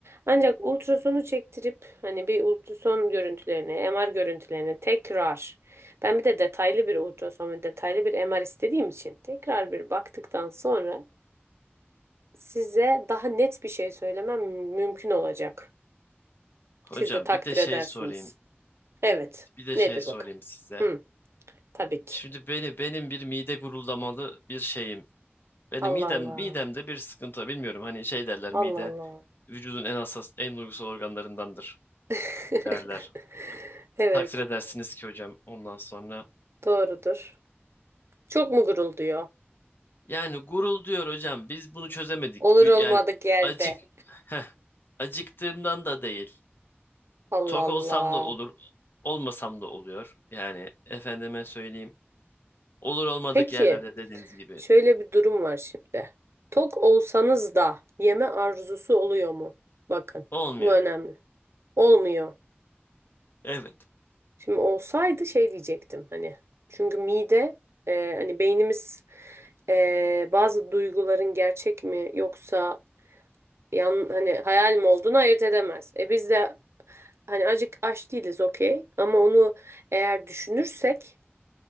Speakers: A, on the right; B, on the left.
A: Ancak ultrasonu çektirip hani bir ultrason görüntülerine, MR görüntülerine tekrar ben bir de detaylı bir ultrason ve detaylı bir MR istediğim için tekrar bir baktıktan sonra size daha net bir şey söylemem mümkün olacak.
B: Hocam
A: Siz de takdir
B: bir de şey
A: edersiniz.
B: sorayım.
A: Evet.
B: Bir de
A: Nedir
B: şey sorayım
A: bakalım?
B: size.
A: Hı, tabii ki.
B: Şimdi beni benim bir mide guruldamalı bir şeyim. Benim
A: Allah
B: midem
A: Allah.
B: midemde bir sıkıntı var. bilmiyorum. Hani şey derler
A: Allah
B: mide
A: Allah.
B: vücudun en hassas en duygusal organlarındandır
A: <laughs>
B: derler.
A: Evet.
B: Takdir edersiniz ki hocam ondan sonra.
A: Doğrudur. Çok mu gurulduyor?
B: Yani gurul diyor hocam biz bunu çözemedik.
A: Olur
B: Bir-
A: olmadık
B: Yani
A: yerde.
B: acık heh, acıktığımdan da değil.
A: Allah
B: Tok
A: Allah.
B: olsam da olur, olmasam da oluyor. Yani efendime söyleyeyim. Olur olmadık
A: Peki.
B: yerlerde dediğiniz gibi.
A: Şöyle bir durum var şimdi. Tok olsanız da yeme arzusu oluyor mu? Bakın,
B: Olmuyor.
A: bu önemli. Olmuyor.
B: Evet.
A: Şimdi olsaydı şey diyecektim hani. Çünkü mide e, hani beynimiz e, bazı duyguların gerçek mi yoksa yan hani hayal mi olduğunu ayırt edemez. E biz de hani acık aç değiliz okey ama onu eğer düşünürsek